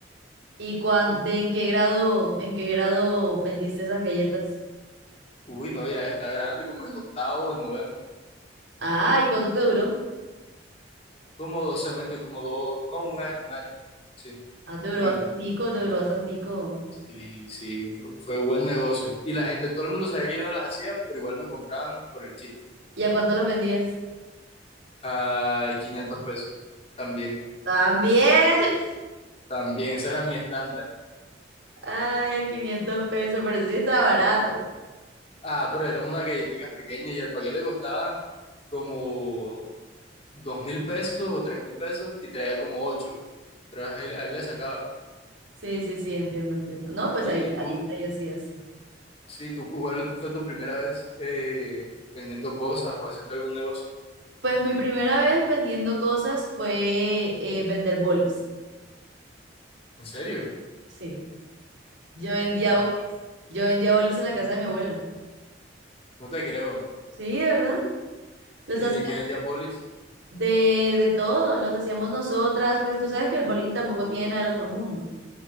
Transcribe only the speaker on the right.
¿Y cuán, de en qué grado, en qué grado vendiste esas galletas?
Ah, ¿y cuánto te duró?
Ah, te duró
bastantico, te duró bastantico.
¿Y a cuánto las vendías?
También. <laughs>
Ay, a 500 pesos, pero eso sí estaba barato.
Sí, sí, sí, entiendo, entiendo. No, pues
ahí,
ahí, ahí hacías.
Pues mi primera vez vendiendo cosas fue eh, vender bolis.
Sí, yo vendía
bolis. Yo vendía bolis en la casa de mi abuela.
Sí, de verdad. Los
hacía
De, de todo, los hacíamos nosotras, pues tú sabes que el bowling tampoco tiene nada del otro mundo.